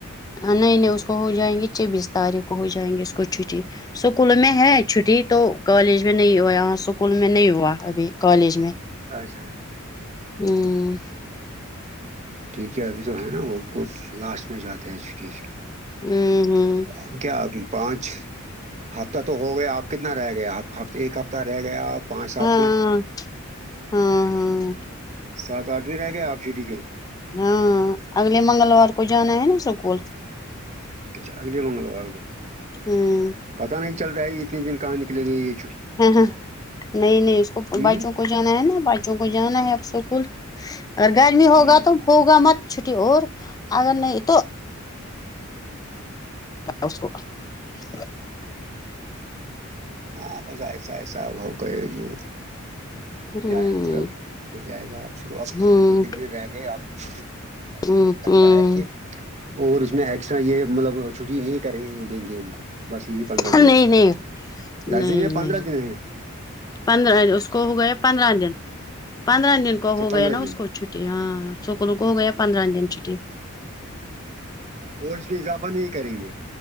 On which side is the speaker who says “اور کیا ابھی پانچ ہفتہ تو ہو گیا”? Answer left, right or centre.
Right